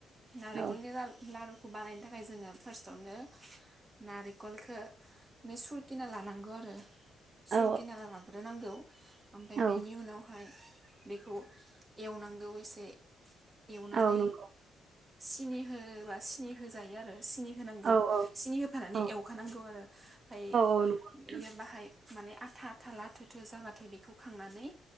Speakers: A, on the right; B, on the right.
A: नारेखलनि
B: औ
A: ला लारु बानायनो थाखाय जोङो फार्स्टआवनो नारे कलखो <unintelligible> खिना लानांगौ आरो।
B: औ
A: सुरकिना लाग्रो नांगौ। ओमफ्राय
B: औ
A: बेनि उनावहाय बेखौ एवनांगौ एसे एवनानै
B: औ नंगौ
A: सिनि होबा सिनि होजायो आरो। सिनि होनांगौ
B: औ औ
A: सिनि होफानानै
B: औ
A: एवखानांगौ आरो ओमफाय
B: औ नंगौ नोंथां
A: इयो बाहाय माने आथा आथा लाथोथो जाबाथाय बेखौ खांनानै